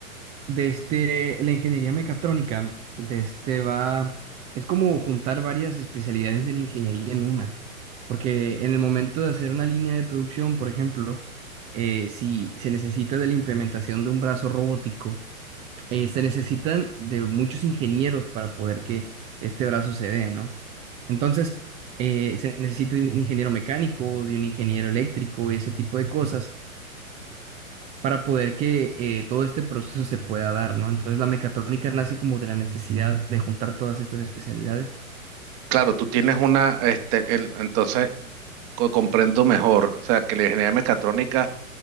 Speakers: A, on the right; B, on the right.
A: Desde la ingeniería mecatrónica, de este va, es como juntar varias especialidades de la ingeniería en una. Porque en el momento de hacer una línea de producción, por ejemplo, eh, si se necesita de la implementación de un brazo robótico, eh, se necesitan de muchos ingenieros para poder que este brazo se dé, ¿no? Entonces, eh, se necesita de un ingeniero mecánico, de un ingeniero eléctrico y ese tipo de cosas. para poder que eh, todo este proceso se pueda dar, ¿no? Entonces la mecatrónica nace como de la necesidad de juntar todas estas especialidades.
B: Claro, tú tienes una, este, en- entonces co- comprendo mejor, o sea, que la ingeniería mecatrónica,